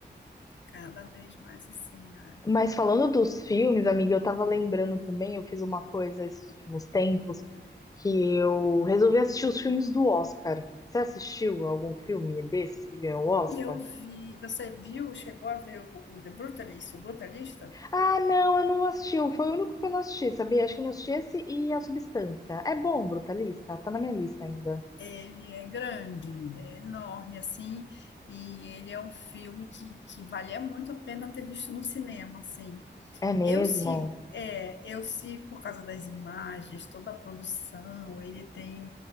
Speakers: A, on the left; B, on the left.
A: cada vez mais assim, né?
B: Mas falando dos filmes, amiga, eu tava lembrando também, eu fiz uma coisa esses últimos tempos, que eu resolvi assistir os filmes do Oscar. Você assistiu algum filme desses que ganhou o Oscar?
A: E eu vi, você viu, chegou a ver o, o The Brutalist, o Brutalista?
B: Ah, não, eu não assisti. Foi o único que eu não assisti, sabia? Acho que eu não assisti esse e A Substância. É bom, Brutalista? Tá na minha lista ainda.
A: Ele é grande, é enorme, assim, e ele é um filme que, que valia muito a pena ter visto no cinema, assim.
B: É mesmo?
A: Eu sigo, é, eu sigo por causa das imagens, toda a produção, ele tem